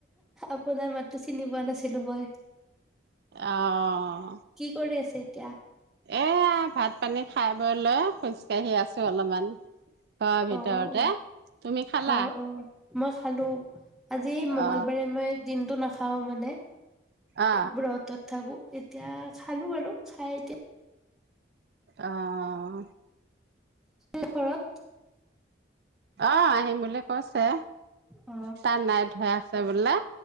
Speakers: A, in the centre; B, on the right.
A: আপোনাৰ মাতো চিনি পোৱা নাছি ছিলোঁ মই।
B: অঁ!
A: কি কৰি আছে এতিয়া?
B: এয়া ভাত - পানী খাই বৈ লৈ। খোজ কাঢ়ি আছোঁ অলপমান। ঘৰ ভিতৰতে,
A: অ অ
B: তুমি খালা?
A: অ অ মই চালোঁ। আজি মঙ্গলবাৰে
B: অ
A: মই দিনটো নাখাওঁ। খাওঁ মানে
B: অ
A: ব্ৰতত থাকোঁ। এতিয়া খালো আৰু খাই এতিয়া
B: অঁ!
A: এই ঘৰত।
B: অ'! আহিম বোলে কৈছে
A: অ
B: তাই নাইট হৈ আছে বোলে।